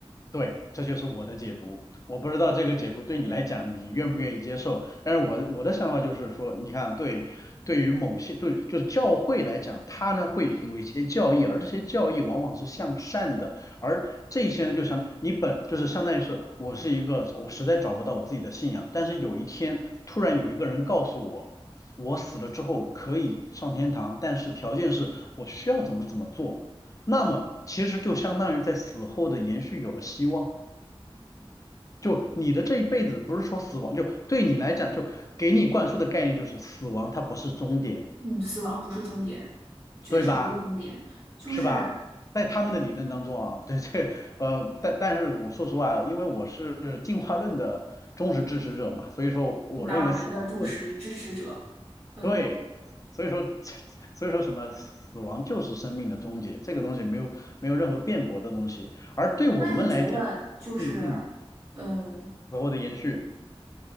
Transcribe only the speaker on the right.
嗯，死亡不是终点，确实不是终点，
就是
达尔文的忠实支持者。嗯，
那你觉得就是，
嗯，